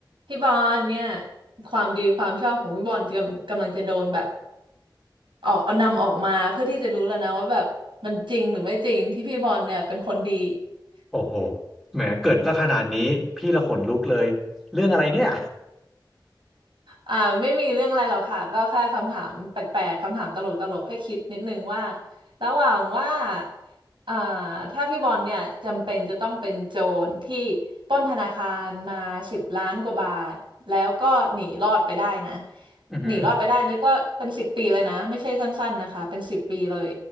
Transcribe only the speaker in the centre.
โอ้โหแหมเกริ่นซะขนาดนี้พี่ละขนลุกเลย เรื่องอะไรเนี่ย
อือหือ